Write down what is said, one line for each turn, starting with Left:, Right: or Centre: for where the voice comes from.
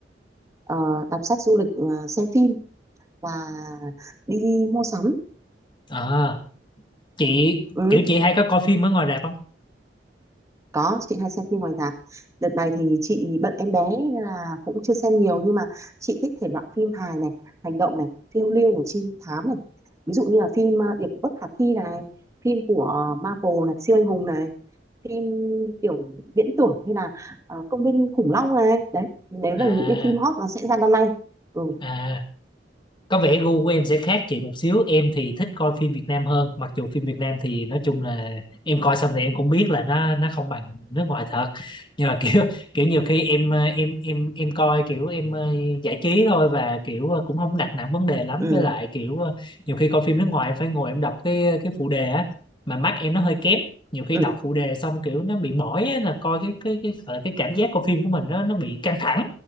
Right: Ờ, đọc sách du lịch ờ, xem phim và đi mua sắm
Left: À, chị
Right: ừ,
Left: kiểu chị hay có coi phim ở ngoài rạp không?
Right: có chị hay xem phim ngoài rạp đợt này thì chị bận em bé nên là cũng chưa xem nhiều nhưng mà chị thích thể loại phim hài này hành động này phiêu lưu này trinh thám này ví dụ như là phim ờ, Điệp Vụ Bất Khả Thi này phim của ờ, Marvel này siêu anh hùng này phim kiểu viễn tưởng như là ờ, công viên khủng long này đấy nếu là
Left: À
Right: những cái phim hot nó sẽ ra năm nay ừ
Left: à có vẻ gu của em sẽ khác chị một xíu em thì thích coi phim Việt Nam hơn mặc dù phim Việt Nam thì nói chung là em coi xong thì em cũng biết là nó nó không bằng nước ngoài thật nhưng mà <laughs> kiểu kiểu nhiều khi em ờ, em em em coi kiểu em ờ, giải trí thôi và kiểu ờ, cũng không đặt nặng vấn đề lắm
Right: ừ
Left: với lại kiểu ờ, nhiều khi coi phim nước ngoài em phải ngồi em đọc cái ờ, cái phụ đề á mà mắt em nó hơi kém nhiều khi
Right: ừ
Left: đọc phụ đề xong kiểu nó bị mỏi á, là coi cái cái cái ờ, cái cảm giác coi phim của mình nó nó bị căng thẳng